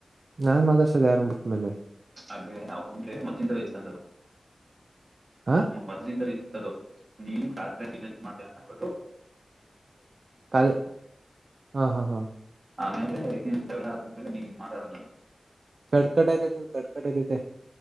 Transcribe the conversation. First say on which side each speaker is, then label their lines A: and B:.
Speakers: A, on the right; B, on the right.
A: ನಾನ್ ಮಾತಾಡ್ಸದ ಯಾರನ್ನ ಬಿಟ್ಟ ಮೇಲೆೆ
B: ಹಾಗೆ ನಾವುಂದ್ರೆ ಮೊದ್ಲಿಂದಲ ಇತ್ತ ಅಂದರು
A: ಹ
B: ಮೊದ್ಲಿಂದಲ ಇತ್ತು ಅದು ನೀನು <unintelligible> ಅಂದ್ಬಿಟ್ಟು
A: ಅದೇ ಹಾ ಹಾ ಹಾ
B: ಆಮೇಲೆ ಇದೆ <unintelligible> ನೀನು ಮಾತಾಡೋದು
A: ಕಡ್ಕಟ್ ಐತೈತೆ ಕಡ್ಕಟ್ ಐತೈತೆ